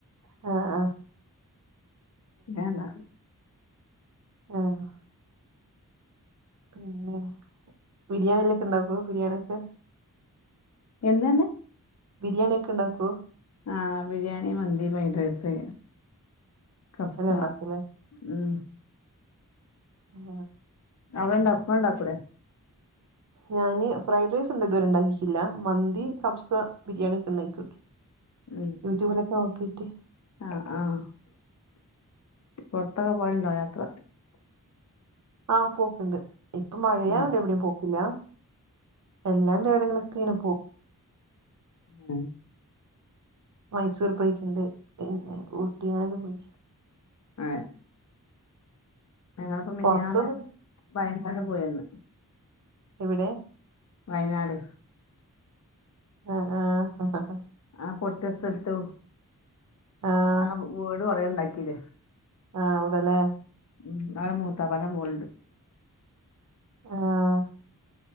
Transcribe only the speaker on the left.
ഇങ്ങനെ ആണ
എന്താണ്
ആഹ് ബിരിയാണി മന്തി ഫ്രൈഡ് റൈസ് കഫ്സ
ഉം
അവിടെണ്ട ഉപ്പണ്ടാക്കൂ ലെ
ഉം
ആഹ് ആഹ് പുറത്തൊക്കെ പോയുണ്ടോ യാത്ര
ഉം
ഉം
ആഹ് ഞങ്ങളിപ്പോ മിനഞ്ഞാന്ന്
വയനക്കാട്ട
പോയിയന്ന്
വയനാട്
ആഹ് പൊട്ടിയ സ്ഥല ത്തു
ആ വീട് കുറേയ ഉണ്ടാക്കില്ലേ
ഉം അത് മൂത്താപ്പാടെ മോളുണ്ട്.